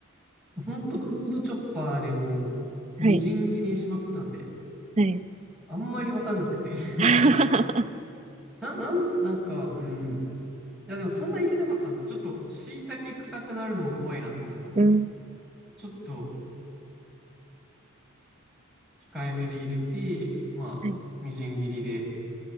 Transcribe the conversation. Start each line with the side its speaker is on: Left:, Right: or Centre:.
Centre: ほんとフードチョッパーでもうみじん切りにしまくったんで、
Right: はい。はい。
Centre: あんまりわかんなくて <laughs>
Right: <laughs>
Centre: な、なん、なんか、うん。いや、でもそんな入れなかったんですよ。ちょっと、椎茸臭くなるのも怖いなと思ったんで、
Right: うん。
Centre: ちょっと控えめで入れて、まあ、
Right: はい。
Centre: みじん切りで、